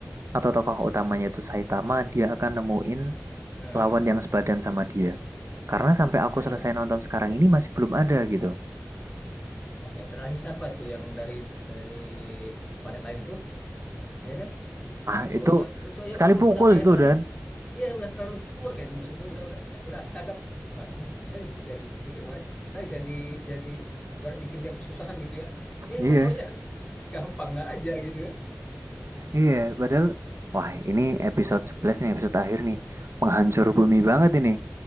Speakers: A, on the right (about 65°); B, on the left (about 20°).
A: atau tokoh utamanya itu Saitama dia akan nemuin
B: Ah,
A: lawan yang sebadan sama dia. Karena sampai aku
B: Nah, ya.
A: selesai nonton sekarang ini masih belum ada gitu.
B: Nah, ya terakhir siapa tuh yang dari dari planet lain itu, ya kan?
A: Ah,
B: Itu
A: itu
B: aja itu aja
A: sekali
B: udah,
A: pukul
B: udah kayak
A: itu
B: terlalu
A: dan.
B: ya udah terlalu kuat kayak itu musuh tuh udah udah udah kita anggap wah ini bisa jadi, jadi kepikir kemarin bisa jadi jadi ibarat bikin dia kesusahan gitu ya. Eh
A: Iya.
B: nggak taunya <laughs> gampang nggak aja gitu kan.
A: Iya, padahal wah ini episode 11 nih, episode akhir nih. Penghancur bumi banget ini.